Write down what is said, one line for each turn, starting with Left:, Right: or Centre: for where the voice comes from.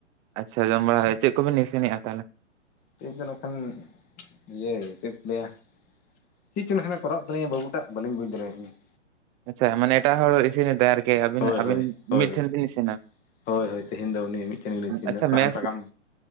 Right: ᱟᱪᱪᱷᱟ ᱡᱚᱢ ᱵᱟᱲᱟ ᱪᱮᱫ ᱠᱚᱵᱤᱱ ᱤᱥᱤᱱᱮᱫᱼᱟ ᱛᱟᱦᱚᱞᱮ?
Left: ᱛᱮᱦᱮᱧ ᱫᱚ ᱱᱚᱜ ᱠᱷᱟᱱ ᱤᱭᱟᱹ ᱪᱮᱫ ᱞᱟᱹᱭᱟᱼᱼ ᱪᱮᱫ ᱪᱚ ᱮᱠᱷᱟᱱᱮ ᱠᱚᱨᱟᱣᱮᱫ ᱛᱟᱞᱤᱧᱟ ᱵᱟᱵᱩ ᱴᱟᱜ ᱵᱟᱞᱤᱧ ᱵᱩᱡᱽ ᱫᱟᱲᱮᱭᱟᱭ ᱠᱟᱱᱟ ᱾
Right: ᱟᱪᱪᱷᱟ ᱢᱟᱱᱮ ᱮᱴᱟᱜ ᱦᱚᱲ ᱤᱥᱤᱱᱮᱜ ᱮᱫᱟᱭ ᱟᱨᱠᱤ, ᱟᱹᱵᱤᱱ
Left: ᱦᱳᱭ
Right: ᱟᱹᱵᱤᱱ
Left: ᱦᱳᱭ ᱦᱳᱭ
Right: ᱢᱤᱫ
Left: ᱦᱳᱭ
Right: ᱴᱷᱮᱱ ᱵᱤᱱ ᱤᱥᱤᱱᱟ ᱾
Left: ᱦᱳᱭ ᱦᱳᱭ ᱛᱮᱦᱮᱧ ᱫᱚ ᱩᱱᱤ ᱢᱤᱫ ᱴᱷᱮᱱ ᱜᱮᱞᱤᱧ ᱤᱥᱤᱱ
Right: ᱟᱪᱪᱷᱟ
Left: ᱮᱫᱟ ᱥᱟᱦᱟᱱ
Right: ᱢᱮᱥ
Left: ᱥᱟᱠᱟᱢᱼᱼ